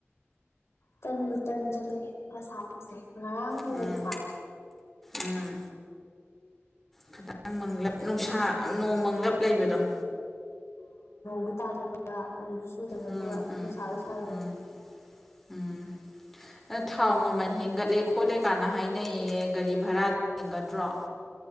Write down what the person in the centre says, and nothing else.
ꯎꯝ
ꯎꯝ ꯈꯤꯇꯪ ꯃꯪꯂꯞ ꯅꯨꯡꯁꯥ ꯅꯣꯡ ꯃꯪꯂꯞ ꯂꯩꯕꯗꯣ
ꯎꯝ ꯎꯝ
ꯎꯝ ꯎꯝ ꯊꯥꯎ ꯃꯃꯜ ꯍꯦꯟꯒꯠꯂꯦ ꯈꯣꯠꯂꯦ ꯀꯥꯟꯅ ꯍꯥꯏꯅꯩꯌꯦ ꯒꯥꯔꯤ ꯚꯔꯥꯗ ꯍꯦꯟꯒꯠꯇ꯭ꯔꯣ